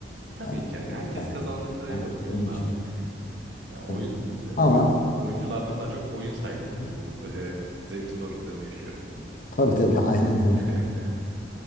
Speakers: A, on the right; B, on the left.
A: Tabii
B: Ha,
A: ki yani herkes
B: Yani
A: kazandığı paraya
B: o-
A: bakıyor
B: oyun
A: onlar
B: şirketi.
A: da bir tık. Yani oyun
B: Tabii.
A: e,
B: Ama
A: oyun
B: hı
A: oyunculardan daha çok oyun sahipleri
B: hı.
A: bu e, <laughs> zevkin doruklarını yaşıyor.
B: tabii tabii <laughs> aynen öyle.
A: <laughs> Hı